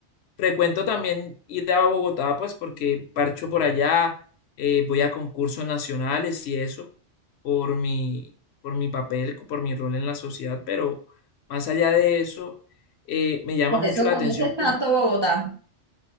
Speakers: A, on the left (about 70°); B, on the right (about 45°).
A: Frecuento también ir a Bogotá, pues porque parcho por allá, eh, voy a concursos nacionales y eso, por mi, por mi papel, por mi rol en la sociedad, pero más allá de eso, eh, me llama
B: Por
A: mucho
B: eso
A: la
B: conoces
A: atención
B: tanto Bogotá.